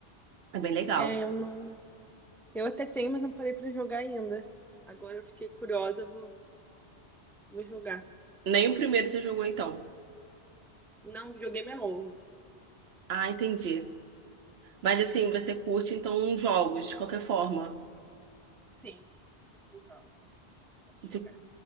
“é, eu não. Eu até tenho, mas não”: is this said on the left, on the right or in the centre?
Centre